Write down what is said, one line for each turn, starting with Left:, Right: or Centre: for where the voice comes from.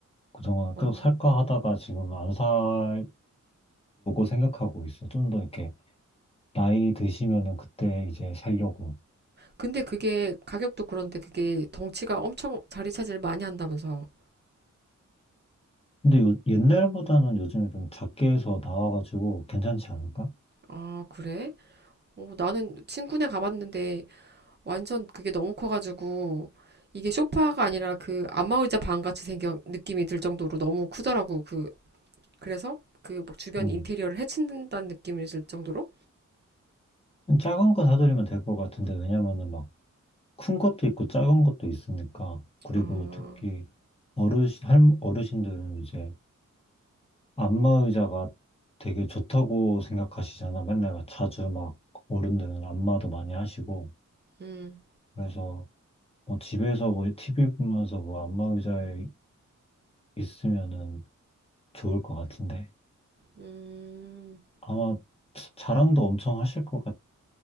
Left: 그동안
Right: 어.
Left: 계속 살까 하다가 지금 안 살려고 생각하고 있어. 좀 더 이렇게 나이 드시면은 그때 이제 살려고.
Right: 근데 그게, 가격도 그런데 그게 덩치가 엄청 자리 차지를 많이 한다면서.
Left: 근데 요- 옛날보다는 요즘에 좀 작게 해서 나와가지고 괜찮지 않을까?
Right: 아, 그래? 어, 나는 친구네 가봤는데 완전 그게 너무 커가지고 이게 소파가 아니라 그 안마의자 방 같이 생겨 느낌이 들 정도로 너무 크더라고 그 그래서 그 막 주변
Left: 음.
Right: 인테리어를 해친다는 느낌이 들 정도로
Left: 작은 거 사드리면 될 것 같은데 왜냐면은 막 큰 것도 있고 작은 것도 있으니까. 그리고
Right: 아,
Left: 특히 어르신, 할, 어르신들은 이제 안마의자가 되게 좋다고 생각하시잖아. 맨날 막 자주 막 어른들은 안마도 많이 하시고.
Right: 음,
Left: 그래서 뭐 집에서 뭐 TV 보면서 뭐 안마 의자에 있으면은 좋을 것 같은데.
Right: 음,
Left: 아마 자랑도 엄청 하실 것 같아.